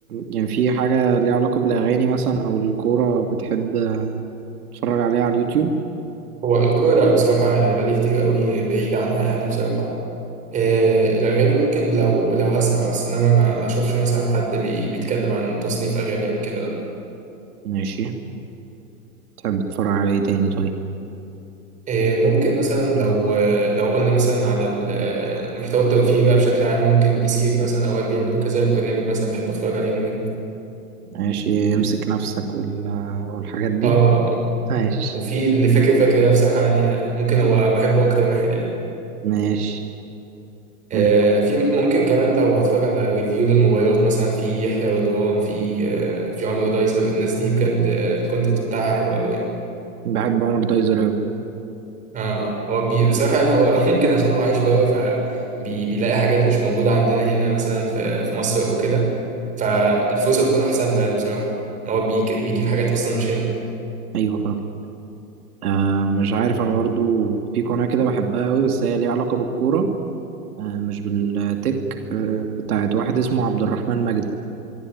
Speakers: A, on the right (about 75°); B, on the right (about 15°).
A: يعني في حاجة ليها علاقة بالأغاني مثلا أو الكورة بتحب تتفرج عليها على اليوتيوب
B: هو الكوره لا بصراحه يعني بقالي كتير قوي بعيد عنها يعني بصراحه إيه الاغاني ممكن لو لو هسمع بس انما ما ما اشوفش مثلا حد بي بيتكلم عن تصنيف اغاني او كده لا
A: ماشي تحب تتفرج على ايه تاني طيب
B: إيه، ممكن مثلا لو لو قلنا مثلا على ال- المحتوى الترفيهي بقى بشكل عام ممكن بيس كيك مثلا اوقات بيعملوا كذا برنامج مثلا بحب اتفرج عليهم منه
A: ماشي امسك نفسك وال... والحاجات دي
B: اه
A: ماشي
B: وفي اللي فاكر فاكر ده بصراحة يعني ممكن هو بحبه اكتر واحد يعني
A: ماشي
B: آه،
A: حلو.
B: في ممكن كمان لو هتفرج على ريفيو للموبايلات مثلا في يحيى رضوان في آه، في عمر دايزر الناس دي بجد آه، الكونتنت بتاعها حلو قوي يعني
A: بحب عمر دايزر أوي
B: اه اه هو بي بصراحة يعني هو <laughs> ممكن عشان هو عايش بره فبيلاقي حاجات مش موجودة عندنا هنا مثلا في في مصر أو كده فالفرصة بتكون أحسن له يعني بصراحة إن هو بيك- بيجيب حاجات أصلا مش هنا
A: أيوة فاهم آه مش عارف انا برضو في قناة كده بحبها قوي بس هي ليها علاقة بالكورة آه مش بالتك آه بتاعت واحد اسمه عبد الرحمن مجدي